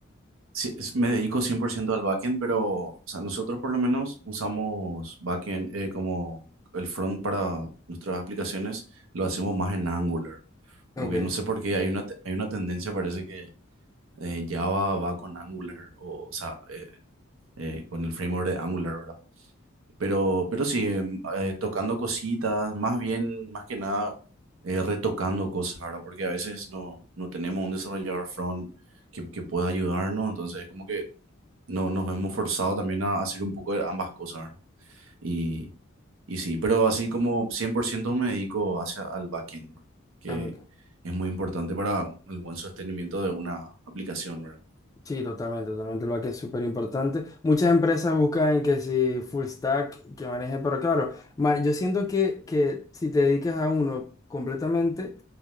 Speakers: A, on the right; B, on the left.
A: sí, es- me dedico 100% al backend, pero o sea, nosotros por lo menos usamos backend eh, como el front para nuestras aplicaciones, lo hacemos más en Angular.
B: Ok,
A: Como que no sé por qué hay una, te- hay una tendencia, parece que eh, Java va con Angular, o, o sea, eh, eh, con el framework de Angular, ¿verdad? Pero, pero sí, em, eh, tocando cositas, más bien, más que nada, eh, retocando cosas, ¿verdad? Porque a veces no, no tenemos un desarrollador front que, que pueda ayudarnos, entonces como que no, nos hemos forzado también a hacer un poco de ambas cosas, ¿verdad? Y, y sí, pero así como 100% me dedico hacia al backend, ¿verdad? Que
B: ok.
A: es muy importante para el buen sostenimiento de una aplicación, ¿verdad?
B: Sí, totalmente, totalmente. El back es súper importante. Muchas empresas buscan que si full stack que maneje, pero claro, ma- yo siento que, que si te dedicas a uno completamente,